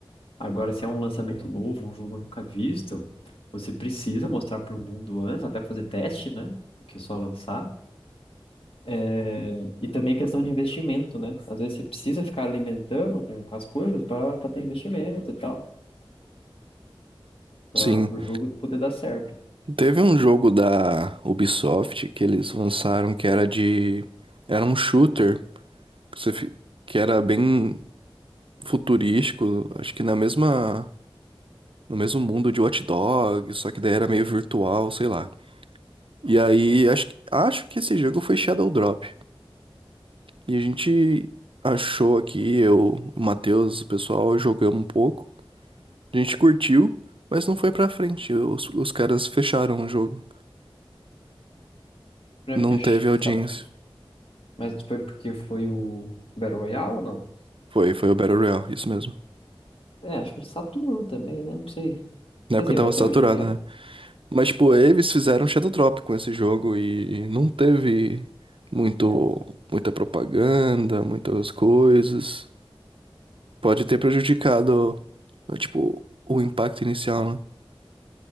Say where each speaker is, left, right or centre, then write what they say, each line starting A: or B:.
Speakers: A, on the left; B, on the right.
A: Agora, se é um lançamento novo, um jogo nunca visto, você precisa mostrar para o mundo antes, até fazer teste, né? Do que só lançar. É, E também questão de investimento, né? Às vezes você precisa ficar alimentando com, com as coisas para ter investimento e tal, para
B: Sim,
A: o jogo poder dar certo.
B: teve um jogo da Ubisoft que eles lançaram que era de. Era um shooter que, você fi- que era bem futurístico, acho que na mesma no mesmo mundo de Watch Dogs, só que daí era meio virtual, sei lá. E aí, acho, que- acho que esse jogo foi Shadow Drop. E a gente achou aqui, eu, o Matheus, o pessoal, jogamos um pouco. A gente curtiu, mas não foi pra frente. Os, os caras fecharam o jogo.
A: Não é
B: Não
A: porque ch-
B: teve audiência.
A: saturou. Mas foi porque foi o Battle Royale ou não?
B: Foi, foi o Battle Royale, isso mesmo.
A: É, acho que saturou também, né? Não sei.
B: Na
A: Quer
B: época
A: dizer,
B: eu tava
A: até
B: saturado,
A: hoje em dia,
B: né? Mas, tipo, eles fizeram Shadow Drop com esse jogo e não teve muito, muita propaganda, muitas coisas. Pode ter prejudicado, tipo, o impacto inicial, né?